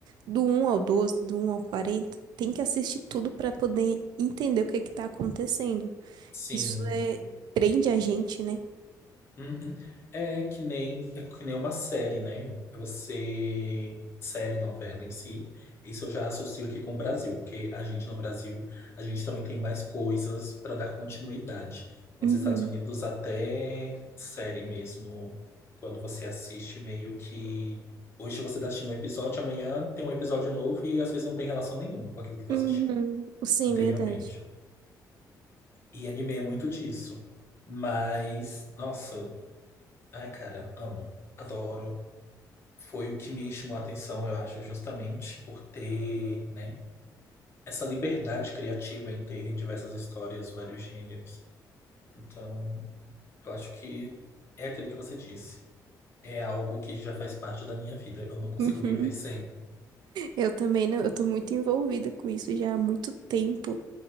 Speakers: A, on the right; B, on the left.
A: Do um ao 12, do um ao 40, Tem que assistir tudo pra poder entender o que é que tá acontecendo.
B: Sim.
A: Isso é, prende a gente, né?
B: Uhum. É que nem, é que nem uma série, né? Você. Série, novela em si. Isso eu já associo aqui com o Brasil, porque a gente no Brasil, a gente também tem mais coisas para dar continuidade. Nos
A: Uhum.
B: Estados Unidos, até série mesmo, quando você assiste, meio que. Hoje você está assistindo um episódio, amanhã tem um episódio novo e às vezes não tem relação nenhuma com aquilo que tu
A: Uhum.
B: assistiu
A: Sim,
B: anteriormente.
A: verdade.
B: E anime é muito disso. Mas, nossa. Ai, cara, amo, adoro. Foi o que me chamou a atenção, eu acho, justamente por ter, né, essa liberdade criativa em ter diversas histórias, vários gêneros. Então, eu acho que é aquilo que você disse. É algo que já faz parte da minha vida. Eu não consigo
A: Uhum.
B: viver sem.
A: Eu também não, eu tô muito envolvida com isso já há muito tempo.